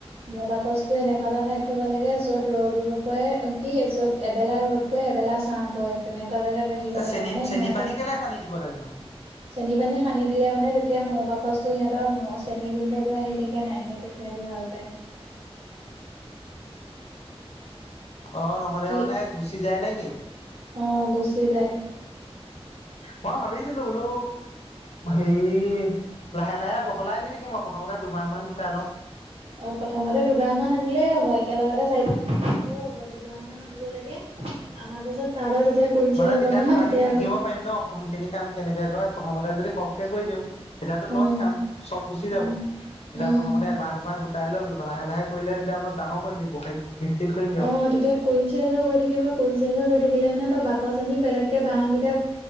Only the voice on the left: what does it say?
এই
চেনি
চেনি
পানী কেলে সানি দিব লাগে নো
অ' নহ'লে
মানে গুচি যায় নে কি?
মই ভাবিছিলো বোলো হেৰি লাহে লাহে বহলাই নি থাকিম, মই প্ৰথমতে দুমাহ মান গোটাই লওঁ।
মানে
তেতিয়া
কথাখিনি শিকিব
পাৰিম ন' কোনখিনি কাম কেনেকে কৰে প্ৰথমতে যদিও কৰি দিওঁ এতিয়াতো
লচ খাম চব গুচি
যাব এতিয়া
প্ৰথমতে এবাহ দুবাহ কাইলৈ লাহে লাহে কৰিলে তেতিয়া অলপ ডাঙৰ কৰিম ব্যবসায় ভিত্তিত কৰিমগে
আৰু।